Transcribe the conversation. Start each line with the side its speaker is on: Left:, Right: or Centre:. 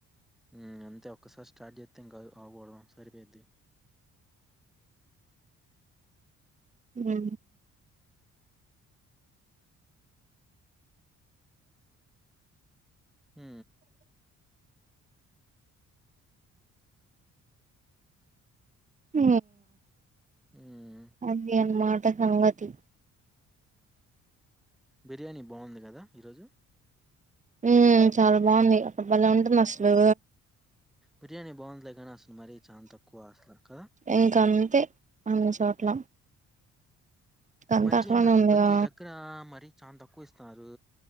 Centre: హ్మ్. అంతే ఒక్కసారి స్టార్ట్ చేస్తే ఇంకా ఆపోడం సరిపోయిది
Right: ఆ
Centre: హు
Right: హు
Centre: హ్మ్.
Right: అది అనమాట సంగతి
Centre: బిర్యానీ బాగుంది కదా ఈరోజు
Right: ఉ చాలా బాగుంది అక్కడ బలే ఉంటుంది
Centre: హ్మ్.
Right: అసలు
Centre: బి బిర్యానీ బాగుందిలే కానీ అసలు మరీ చాల తక్కువ అసలు కదా
Right: ఇంక అంతే అన్ని చోట్ల
Centre: ఇ
Right: అంతా
Centre: మధ్య
Right: అట్లానే
Centre: ఏంది అసలు
Right: ఉందిగా
Centre: ప్రతి దగ్గర మరి చాందక్కువ ఇస్ న్నారు